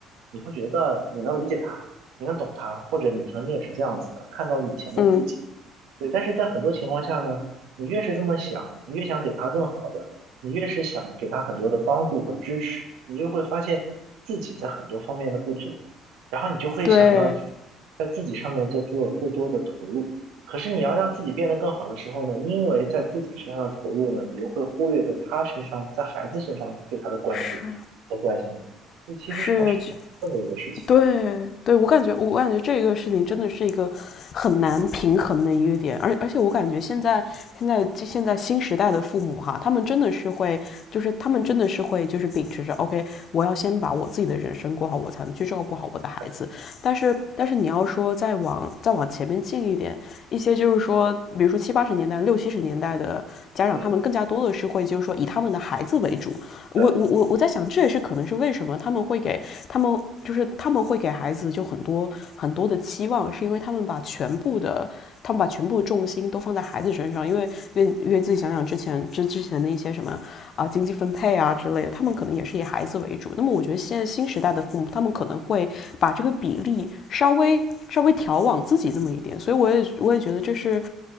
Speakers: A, on the right (about 75°); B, on the left (about 55°).
A: 你会觉得你能理解他，你能懂他，或者你曾经也是这样子的，看到了以前的自己。
B: 嗯，
A: 对，但是在很多情况下呢，你越是这么想，你越想给他更好的，你越是想给他很多的帮助和支持，你就会发现自己在很多方面的不足，然后你就会想要去在自己上面再做过多的投入。
B: 对，
A: 可是你要让自己变得更好的时候呢，因为在自己身上的投入呢，你又会忽略在他身上，在孩子身上对他的关注和关心，
B: 是
A: 所以其实是还是挺难的一个事情。
B: 是，对对，我感觉我感觉这个事情真的是一个很难平衡的一个点，而而且我感觉现在现在就现在新时代的父母哈，他们真的是会，就是他们真的是会就是秉持着 OK，我要先把我自己的人生过好，我才能去照顾好我的孩子。
A: 对
B: 但是但是你要说再往再往前面进一点，
A: 对，
B: 一些就是说，比如说七八十年代、六七十年代的家长，
A: 嗯，
B: 他们更加多的是会就是说以他们的孩子为主。我我我我在想，
A: 对对。
B: 这也是可能是为什么他们会给他们就是他们会给孩子就很多很多的期望，是因为他们把全部的他们把全部重心都放在孩子身上，因为因为因为自己想想之前之之前的一些什么啊、呃经济分配啊之类的，他们可能也是以孩子为主。那么我觉得现在新时代的父母，他们可能会把这个比例稍微稍微调往自己那么一点，所以我也我也觉得这是